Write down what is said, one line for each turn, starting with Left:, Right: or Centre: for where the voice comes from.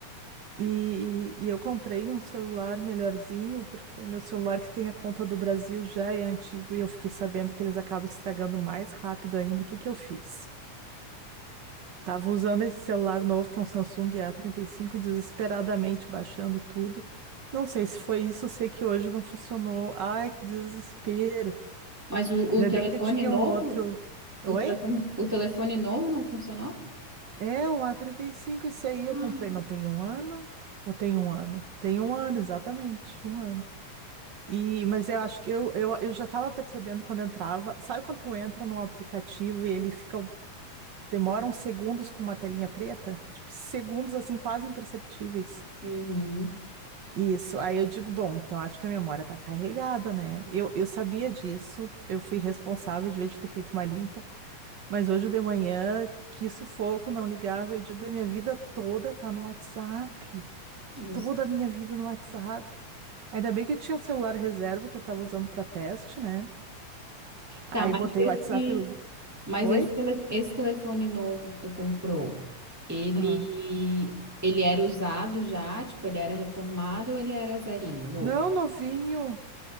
Right: E, e e eu comprei um celular melhorzinho, porque o meu celular que tem a conta do Brasil já é antigo e eu fiquei sabendo que eles acabam estragando mais rápido ainda. O que que eu fiz? Tava usando esse celular novo, que é um Samsung A35, desesperadamente baixando tudo. Não sei se foi isso, eu sei que hoje não funcionou. Ai, que desespero.
Centre: Mas o,
Right: Ainda
Centre: o telefone
Right: bem que eu tinha
Centre: novo?
Right: um outro. Oi?
Centre: O telefone, o telefone novo não funcionou?
Right: É, um A35, esse aí eu
Centre: Ah.
Right: comprei, não tem um ano? Ou tem um ano? Tem um ano, exatamente, um ano. E, mas eu acho que eu, eu, eu já estava percebendo quando entrava. Sabe quando tu entra num aplicativo e ele fica. um, Demora uns segundos com uma telinha preta? Tipo, segundos assim, quase imperceptíveis.
Centre: Uhum.
Right: Isso, aí eu digo, bom, então acho que a memória tá carregada, né? Eu, eu sabia disso, eu fui responsável de vez de ter feito uma limpa, mas hoje de manhã, que sufoco, não ligava, eu digo, a minha vida toda tá no WhatsApp,
Centre: Eu
Right: toda
Centre: sei.
Right: a minha vida no WhatsApp. Ainda bem que eu tinha um celular reserva que eu tava usando pra teste, né?
Centre: Tá,
Right: Aí
Centre: mas
Right: botei
Centre: esse,
Right: o WhatsApp lá.
Centre: mas
Right: Oi?
Centre: esse, tele- esse telefone novo que tu comprou, ele,
Right: Aham.
Centre: ele era usado já? Tipo, ele era reformado ou ele era zerinho, novo?
Right: Não, novinho.